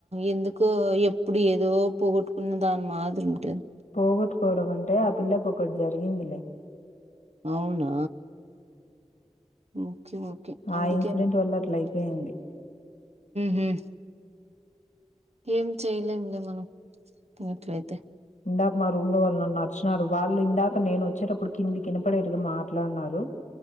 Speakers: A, on the right (about 60°); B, on the left (about 80°).
A: ఎందుకో ఎప్పుడూ ఏదో పోగొట్టుకున్న దాని మాదిరి ఉంటుంది
B: పోగట్టు పోవడం అంటే ఆ పిల్ల జరిగిందలే
A: అవునా ఓకే ఓకే అందుకే
B: ఆ ఇన్సిడెంట్
A: మ్మ్
B: వల్ల అట్లా అయిపోయింది
A: హ్మ్మ్ ఏం చేయలేంలే మనం గట్లఅయితే
B: ఇందాక మా రూమ్ లో వాళ్ళు నన్ను అర్చినారు వాళ్ళు ఇందాక నేను వచ్చేటప్పుడు కిందికిినపడేటుగా మాట్లాడునారు